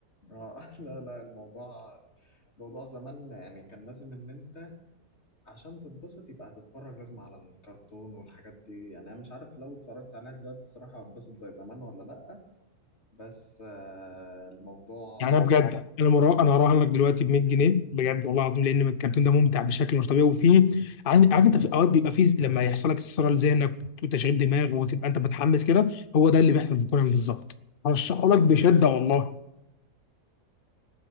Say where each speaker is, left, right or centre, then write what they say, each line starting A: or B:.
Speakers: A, on the left; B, on the left.
A: آه، لا لا الموضوع موضوع زمان يعني كان لازم ان انت عشان تتبسط يبقى هتتفرج لازم على الكرتون والحاجات دي يعني انا مش عارف لو اتفرجت عليها دلوقتي الصراحة هتبسط زي زمان ولا لأ بس آه، الموضوع
B: يعني انا بجد انا مرا... انا هراهنك دلوقتي ب 100 جنيه بجد والله العظيم لان الكرتون ده ممتع بشكل مش طبيعي وفيه عن- عارف انت في اوقات بيبقى فيه لما يحصل لك استثارة لذهنك وتشغيل دماغ وتبقى انت متحمس كده هو ده اللي بيحصل في كونان بالظبط هرشحه لك بشده والله